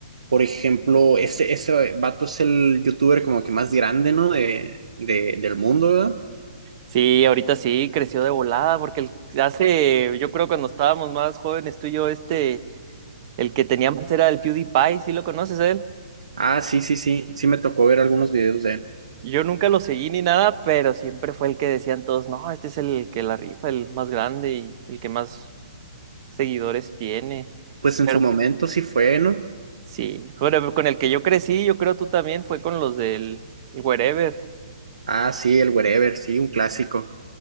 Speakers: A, on the right; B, on the right.
A: por ejemplo, ese, ese vato es el youtuber como que más grande, ¿no? De, de- del mundo, ¿verdad?
B: Sí, ahorita sí, creció de volada, porque el- hace, yo creo cuando estábamos más jóvenes tú y yo, este, el que teníamos era el PewDiePie, ¿sí lo conoces a él?
A: Ah, sí, sí, sí, sí me tocó ver algunos videos de él.
B: Yo nunca lo seguí ni nada, pero siempre fue el que decían todos, no, este es el que la rifa, el más grande y el que más seguidores tiene.
A: Pues en
B: Pero
A: su momento sí fue, ¿no?
B: sí, bueno, con el que yo crecí, yo creo tú también, fue con los del Wherever.
A: Ah, sí, el Wherever, sí, un clásico.